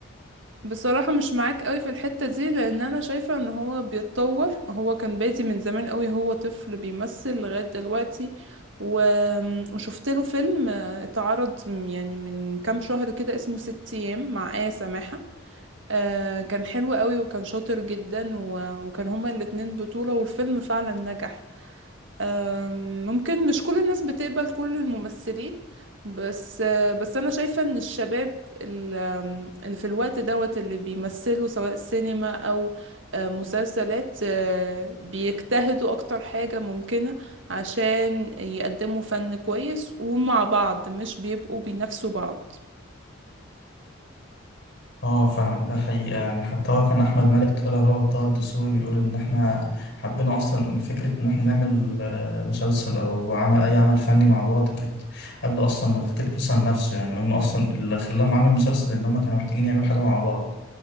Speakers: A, on the right; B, on the left.
A: بصراحه مش معاك قوي في الحته دي لان انا شايفه ان هو بيتطور هو كان بادي من زمان قوي هو طفل بيمثل لغايه دلوقتي و... وشفت له فيلم آه، اتعرض يعني من كام شهر كده اسمه ست ايام مع آية سماحة آه، كان حلو قوي وكان شاطر جدا و- وكان هما الاتنين بطولة والفيلم فعلا نجح آم، ممكن مش كل الناس بتقبل كل الممثلين بس آه، بس انا شايفة ان الشباب ال- آم، اللي في الوقت دوت اللي بيمثلوا سواء سينما او آه، مسلسلات آه، بيجتهدوا اكتر حاجة ممكنة عشان يقدموا فن كويس ومع بعض مش بيبقوا بينافسوا بعض
B: اه فعلا ده حقيقة يعني حتى هو كان أحمد مالك طالع هو وطه الدسوقي بيقول إن إحنا حبينا أصلا فكرة إن إحنا نعمل آه، مسلسل أو عمل أي عمل فني مع بعض كانت قبل أصلا ما فكرة مسلسل نفسه يعني هم أصلا اللي خلاهم عمل مسلسل إن هم كانوا محتاجين يعملوا حاجة مع بعض